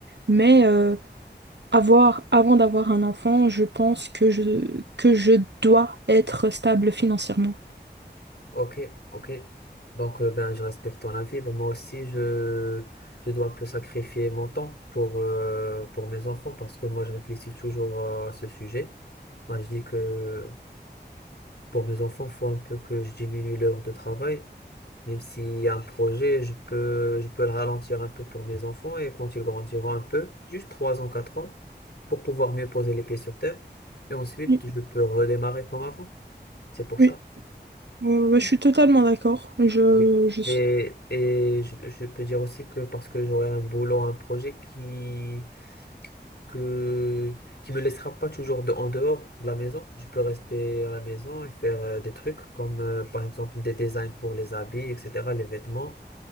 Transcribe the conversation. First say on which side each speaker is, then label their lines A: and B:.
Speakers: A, on the right; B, on the left.
A: Mais euh, avoir, avant d'avoir un enfant, je pense que je, que je dois être stable financièrement.
B: Ok, ok. Donc, euh, ben, je respecte ton avis. Ben, moi aussi, je, je dois un peu sacrifier mon temps pour, euh, pour mes enfants parce que moi, je réfléchis toujours à ce sujet. Moi, je dis que pour mes enfants, il faut un peu que je diminue l'heure de travail. Même s'il y a un projet, je peux, je peux le ralentir un peu pour mes enfants et quand ils grandiront un peu, juste 3 ans, 4 ans, pour pouvoir mieux poser les pieds sur terre. Et ensuite,
A: Oui,
B: je peux redémarrer comme avant. C'est pour
A: oui.
B: ça.
A: Euh, ouais, je suis totalement d'accord. Je,
B: Oui.
A: je suis...
B: Et, et je, je peux dire aussi que parce que j'aurai un boulot, un projet qui, que, qui me laissera pas toujours de, en dehors de la maison. Je peux rester à la maison et faire euh, des trucs comme euh, par exemple des designs pour les habits, etc., les vêtements.